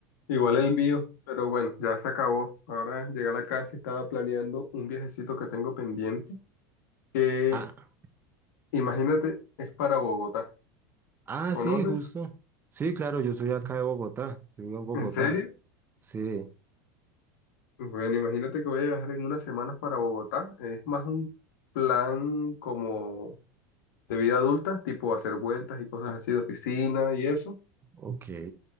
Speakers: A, on the left; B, on the right.
A: igual el mío, pero bueno, ya se acabó. Ahora llegué a la casa y estaba planeando un viajecito que tengo pendiente, que
B: Ah,
A: imagínate, es para Bogotá.
B: ah,
A: ¿Conoces?
B: sí, justo. Sí, claro, yo soy acá de Bogotá, yo vivo en Bogotá.
A: ¿En serio?
B: Sí,
A: Bueno, imagínate que voy a viajar en unas semanas para Bogotá. Es más un plan como de vida adulta, tipo hacer vueltas y cosas así de oficina y eso.
B: ok.